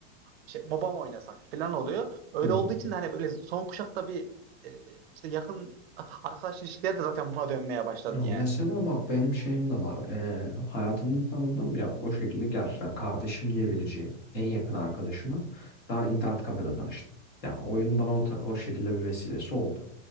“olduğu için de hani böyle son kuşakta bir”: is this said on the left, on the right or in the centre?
Right